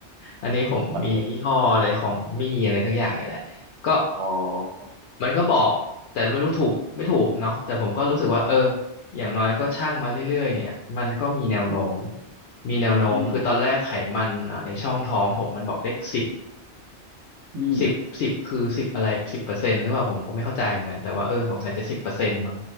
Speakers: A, on the left (about 75°); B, on the right (about 80°).
A: อันนี้ผมมียี่ห้ออะไรของมี่อะไรสักอย่างเนี่ยแหละ
B: ศัพท์เทคนิค
A: ก็
B: อ๋อ
A: มันก็บอกแต่ไม่รู้ถูกไม่ถูกเนาะแต่ผมก็รู้สึกว่าเอออย่างน้อยก็ช่างมาเรื่อยๆเนี่ยมันก็มีแนวโน้ม
B: อืม
A: มีแนวโน้มคือตอนแรกไขมันอ่าในช่องท้องผมมันบอกเลขสิบ
B: อืมอืม
A: สิบสิบคือสิบอะไรสิบเปอร์เซ็นต์หรือเปล่าผมก็ไม่เข้าใจเหมือนกันแต่ว่าเออสงสัยจะสิบเปอร์เซ็นต์มั้ง